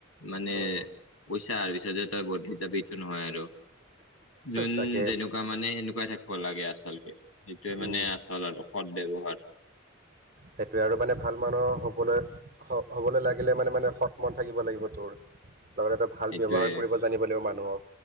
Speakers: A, on the left; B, on the right.
A: মানে
B: উম,
A: পইচা অহাৰ পিছত তই বদলি যাবি এটো নহয় আৰু যোন
B: তাকে
A: যেনেকুৱা মানে সেনেকুৱাই থাকব লাগে আচলতে সেইটোৱে মানে
B: উম।
A: আচল আৰু সৎ ব্যৱহাৰ
B: সেইটোৱে, আৰু মানে ভাল মানুহ হ'বলৈ- হ'বলৈ লাগিলে মানে মানে সৎ মন থাকিব লাগিব তোৰ লগতে তই ভাল
A: সেইটোৱে
B: ব্যৱহাৰ কৰিব জানিব লাগিব মানুহক,